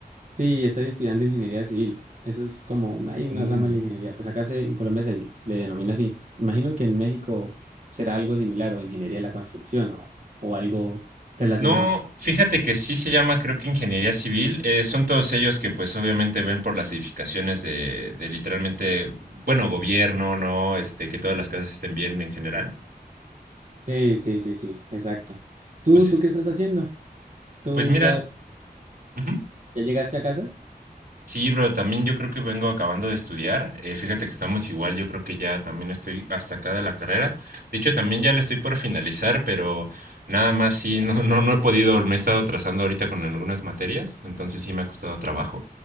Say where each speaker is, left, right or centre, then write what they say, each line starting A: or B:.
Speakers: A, on the right; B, on the right.
A: Sí, estoy estudiando ingeniería civil. Eso es como, hay una
B: Uh.
A: rama de la ingeniería. Pues acá se, en Colombia se le denomina así. Imagino que en México será algo similar o ingeniería de la construcción o, o algo relacionado.
B: No, fíjate que sí se llama, creo que ingeniería civil. Eh, son todos ellos que pues obviamente ven por las edificaciones de, de literalmente, bueno, gobierno, ¿no? Este, que todas las casas estén bien en general.
A: Sí, sí, sí, sí, exacto. ¿Tú,
B: O sea,
A: tú qué estás haciendo? ¿Tú
B: pues mira,
A: ya,
B: ujú.
A: ya llegaste a casa?
B: Sí, bro, también yo creo que vengo acabando de estudiar. eh, fíjate que estamos igual, yo creo que ya también estoy hasta acá de la carrera. De hecho, también ya le estoy por finalizar, pero nada más sí, no, no, no he podido, me he estado atrasando ahorita con algunas materias, entonces sí me ha costado trabajo.